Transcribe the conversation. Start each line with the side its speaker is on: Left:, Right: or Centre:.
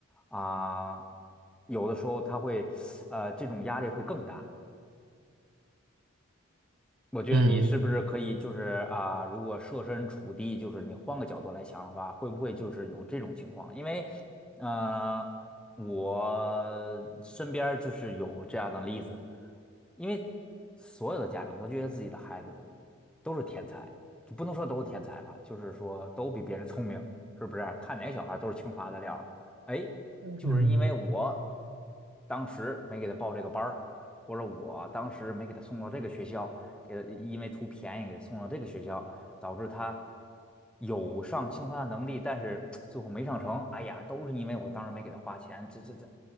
Centre: 啊，有的时候他会，呃，这种压力会更大。我觉得你是不是可以就是啊，
Right: 嗯
Centre: 如果设身处地，就是你换个角度来想的话，会不会就是有这种情况？因为，呃，我身边儿就是有这样的例子，因为所有的家长都觉得自己的孩子都是天才，不能说都是天才吧，就是说都比别人聪明，是不是？看哪个小孩儿都是清华的料儿，哎，
Right: 嗯嗯。
Centre: 就是因为我当时没给他报这个班儿。或者我当时没给他送到这个学校，给他因为图便宜给他送到这个学校，导致他有上清华的能力，但是 <tsk> 最后没上成。哎呀，都是因为我当时没给他花钱，这这这